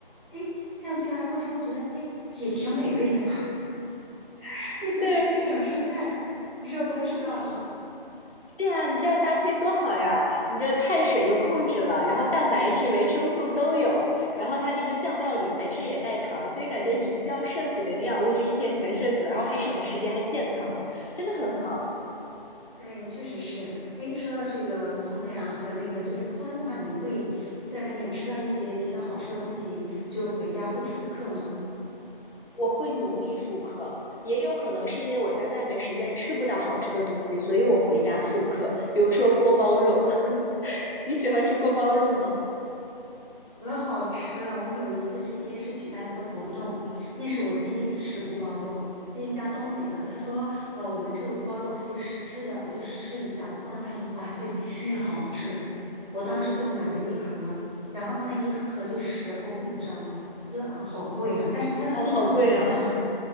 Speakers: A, on the left; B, on the left.
A: 诶，这样对下来过之后，觉得诶也挺美味的吧，<laughs> 就觉得各种蔬菜
B: 对，
A: 肉都吃到了。
B: 对呀，你这样搭配多好呀！你这碳水又控制了，然后蛋白质、维生素都有，然后它那个酱料里本身也带糖，所以感觉你需要摄取的营养物质一天全摄取了，然后还省了时间，还健康了，真的很好。
A: 哎，确实是。哎，说到这个烹饪啊，和那个就是烹饪的话，你会在外面吃到一些比较好吃的东西，就是回家会复刻吗？
B: 我会努力复刻，也有可能是因为我在外面实在吃不到好吃的东西，所以我回家复刻，比如说锅包肉。<laughs> 你喜欢吃锅包肉吗？
A: 可好吃了！我有一次这边是举办一个活动，那是我第一次吃锅包肉，是一家东北的。他说，呃，我们这个锅包肉可以试吃的，我就试吃了一下，我忽然发现，哇塞，巨好吃！我当时就买了一盒，然后那一盒就十欧，你知道吗？我觉得啊，好贵呀、但是它的分量不是很大，
B: 哦，好贵啊。